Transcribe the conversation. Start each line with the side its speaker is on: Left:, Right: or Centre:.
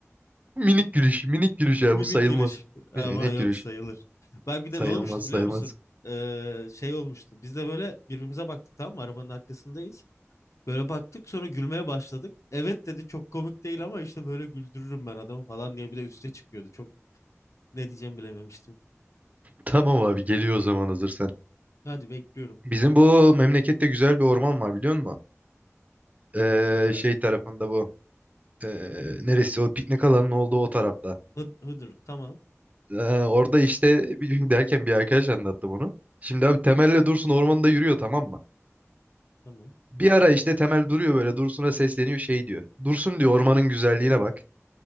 Right: minik gülüş, minik gülüş ya
Left: Minik
Right: bu sayılmaz.
Left: gülüş ama
Right: Ne, ne gülüş?
Left: yok sayılır. Bak bir
Right: Sayılmaz,
Left: de ne olmuştu biliyor
Right: sayılmaz.
Left: musun? Ee, şey olmuştu. Biz de böyle birbirimize baktık tamam mı? Arabanın arkasındayız. Böyle baktık sonra gülmeye başladık. Evet dedi çok komik değil ama işte böyle güldürürüm ben adamı falan diye bir de üste çıkıyordu. Çok ne diyeceğimi bilememiştim.
Right: Tamam abi geliyor o zaman hazırsan.
Left: Hadi bekliyorum.
Right: Bizim bu memlekette güzel bir orman var biliyor musun? Ee,
Left: Ee,
Right: şey tarafında bu. Ee, neresi o piknik alanının olduğu o tarafta.
Left: Hıd- Hıdır tamam
Right: Ee, orada işte <laughs> bir gün derken bir arkadaş anlattı bunu. Şimdi abi Temel'le Dursun ormanda yürüyor tamam mı?
Left: tamam.
Right: Bir ara işte Temel duruyor böyle Dursun'a sesleniyor şey diyor. Dursun diyor ormanın güzelliğine bak.